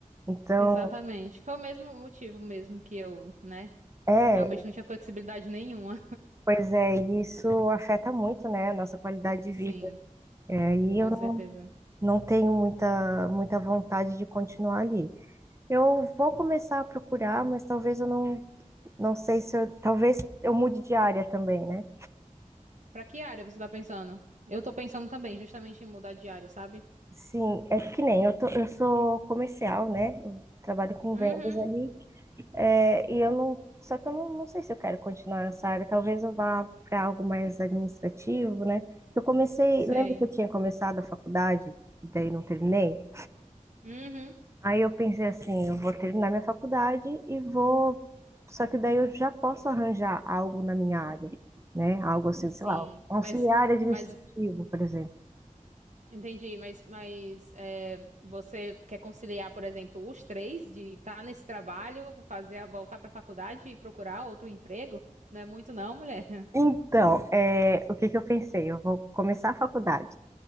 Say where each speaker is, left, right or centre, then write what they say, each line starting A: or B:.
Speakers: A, on the right; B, on the right.
A: Então,
B: Exatamente. Foi o mesmo motivo mesmo que eu, né?
A: é,
B: Realmente não tinha flexibilidade nenhuma.
A: pois é, e isso afeta muito, né, a nossa qualidade
B: <laughs>
A: de
B: Sim,
A: vida. E aí
B: com
A: eu não,
B: certeza.
A: não tenho muita, muita vontade de continuar ali. Eu vou começar a procurar, mas talvez eu não, não sei se eu, talvez eu mude de área também, né?
B: Pra que área você tá pensando? Eu tô pensando também, justamente em mudar de área, sabe?
A: Sim, é que nem eu, tô, eu sou comercial, né? Eu trabalho com vendas
B: Uhum,
A: ali. é, e eu não. Só que eu não, não sei se eu quero continuar nessa área. Talvez eu vá para algo mais administrativo, né? Eu comecei.
B: sei.
A: Lembra que eu tinha começado a faculdade e daí não terminei?
B: Uhum,
A: Aí eu pensei assim: eu vou terminar minha faculdade e vou. Só que daí eu já posso arranjar algo na minha área, né? Algo assim,
B: sim.
A: sei lá, um auxiliar
B: Mas,
A: administrativo,
B: mas,
A: por exemplo.
B: entendi, mas, mas é, você quer conciliar, por exemplo, os três de estar nesse trabalho, fazer, a- voltar pra faculdade e procurar outro emprego? Não é muito não, mulher. <laughs>
A: Então, é, o que que eu pensei? Eu vou começar a faculdade.